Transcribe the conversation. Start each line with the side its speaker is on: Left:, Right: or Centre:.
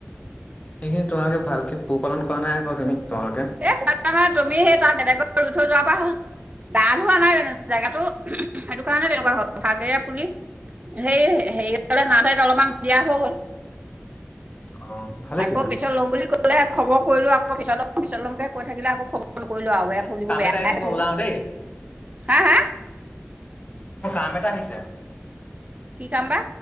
Left: সেইখিনি তোমোলোকে ভালকে পোহ পালন কৰা নাই আকৌ তুমি, তোমালোকে।
Right: এ <unintelligible> তুমি হেই তাত বেলেগত ৰুই থৈ যোৱা পা হ'ল। ডাঠ হোৱা নাই জানোঁ তিতা গাতো, সেইটো কাৰণে তেনেকুৱা হয'ল। ভাগে পুলি হেই হে-হেৰি ফালে নাচাৰিত অলপমান দিয়া হৈ গ'ল।
Left: অ'। ভালে
Right: আকৌ
Left: কৰিলা
Right: পিছত ল'ম বুলি ক'লেহে খবৰ কৰিলোঁ আকৌ পিছত ল'ম, পিছত ল'মকে কৈ থাকিলে আকৌ খব ফোন কৰিলোঁ আৰু
Left: ঠিক
Right: বেয়া
Left: আছে
Right: পুলিবোৰ
Left: মোৰ কাম
Right: বেয়াহে
Left: এটা আহিছে
Right: হৈ
Left: মই
Right: থাকিব।
Left: ওলাও দেই
Right: হা, হা?
Left: মোৰ কাম এটা আহিছে।
Right: কি কাম বা?